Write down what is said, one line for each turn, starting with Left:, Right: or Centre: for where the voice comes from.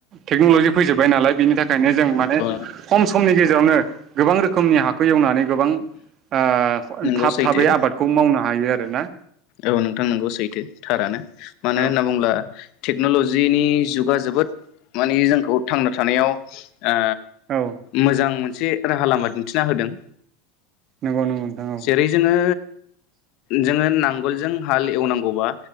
Right: टेक्नलजि फैजोबबाय नालाय बिनि थाखाय थाखायनो जों माने
Left: औ
Right: खम स समनि गेजेरावनो गोबां रोखोमनि हाखौ एवनानै गोबां ओ
Left: नंगौ
Right: थाब
Left: सैथो
Right: थाबै आबादखौ मावनो हायो आरो ना
Left: औ नोंथां नोंगौ सैथो थारानो मानो
Right: औ
Left: होनना बुंब्ला टेक्नलजिनि जुगा जोबोद माने जोंखौ थांना थानायाव ओ
Right: औ
Left: मोजां मोन मोनसे राहा लामा दिन्थिना होदों
Right: नंगौ नंगौ नोंथां औ
Left: जेरै जोङो जोङो नां गोल जों हाल एवनांगौबा